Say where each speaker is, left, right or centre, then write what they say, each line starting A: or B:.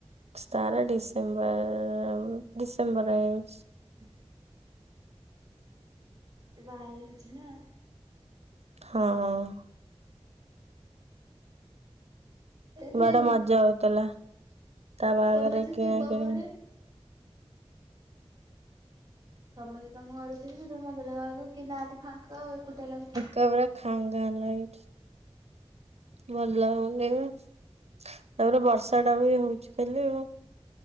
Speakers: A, on the right; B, on the right.
A: ତାର ଡିସେମ୍ବର୍ ରେ ହବ ଡିସେମ୍ବର୍ ରେ ହେଇଛି।
B: ହ ସେ ବାହା ହେଇ ଯାଇଚି ନା?
A: ହଁ।
B: ସେ
A: ବଡ଼ ମଜା ହଉଥିଲା ତା ବାହାଘରେ
B: ସମସ୍ତେ
A: କିଣା
B: ଥିବ
A: କିିଣି।
B: ଘରେ। ସମତେ ତମ ଘରେ ଥିଲେ ମନ୍ଦିର ଯାଆନ୍ତି କେହି ନାହାନ୍ତି ଫାଙ୍କ ଆଉ ଏକୁଟିଆ ଲାଗୁଥିବ।
A: କା ବରା ଖା ଙ୍ଗା ଲାଗୁଛି। ଭଲ ଲାଗୁନି ଦେ <unintelligible> ତାପରେ ବର୍ଷା ଟା ବି ହୋଉଛି ଖାଲି ଆଉ।